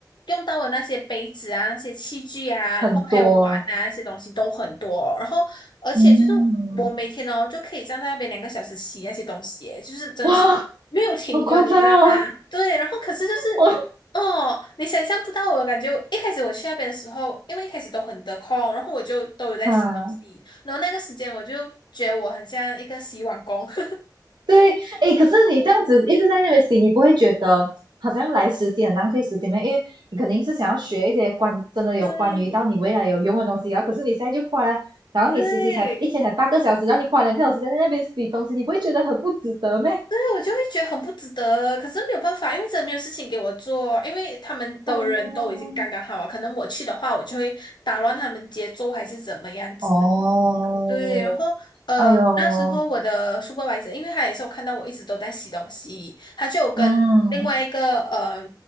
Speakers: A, on the left (about 80°); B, on the right (about 75°).
A: 用到的那些杯子啊、那些器具啊，
B: 很多，
A: 然后还有碗啊那些东西都很多，然后而且就是我每天哦就可以站在那边两个小时洗那些东西耶就是真的是没有停的，
B: 嗯，哇，好夸张哦，
A: 你知道吗？对，然后可是就是哦，
B: <laughs> 我
A: 你想象不到我的感觉。一开始我去那边的时候，因为一开始都很得空，然后我就都有在休息，
B: 啊。
A: 然后那个时间我就觉得我很像一个洗碗工。<laughs>
B: 对，哎，可是你这样子一直在那边洗，
A: 嗯，
B: 你不会觉得好像来实习很浪费时间吗？因为你肯定是想要学一些关真的有关于到你未来有用的东西，
A: 对
B: 然后可是你现在就花，然后你实习才一天才八个小时，
A: 对
B: 然后你花两个小时在那边洗东西，你不会觉得很不值得吗？
A: 对，我就会觉得很不值得，可是没有办法，因为真的没有事情给我做，因为他们的人都已经刚刚好了，
B: 哦，
A: 可能我去的话，我就会打乱他们节奏还是怎么样子。
B: 哦，
A: 对，然后呃，
B: 哎呦，
A: 那时候我的 supervisor，因为他也是有看到我一直都在洗东西，他就有跟另外一个呃
B: 嗯